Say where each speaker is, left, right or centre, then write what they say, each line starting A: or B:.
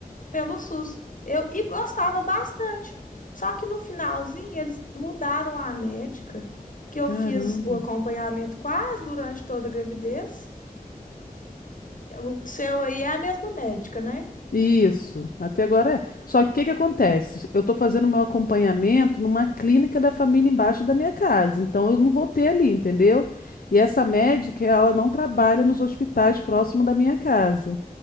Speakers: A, on the left (about 60°); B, on the left (about 75°).
A: pelo SUS. Eu e gostava bastante. Só que no finalzinho eles mudaram a médica, que eu
B: Caramba.
A: fiz o acompanhamento quase durante toda a gravidez. O seu aí é a mesma médica, né?
B: Isso, até agora é. Só que o que que acontece? Eu estou fazendo meu acompanhamento numa clínica da família embaixo da minha casa, então eu não vou ter ali, entendeu? E essa médica, ela não trabalha nos hospitais próximo da minha casa.